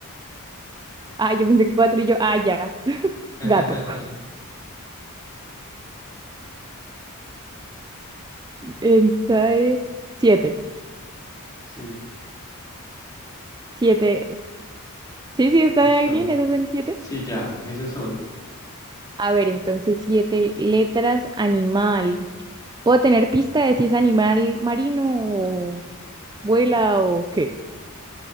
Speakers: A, on the right; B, on the left.
A: Ah, yo pensé que cuatro y yo, ah, ya,
B: <laughs>
A: gato. Esa es siete.
B: Sí,
A: Siete. Sí, sí, está
B: listo.
A: ahí bien, esas son siete.
B: Sí, ya, esos son.
A: A ver, entonces siete letras, animal. ¿Puedo tener pista de si es animal marino o vuela o qué?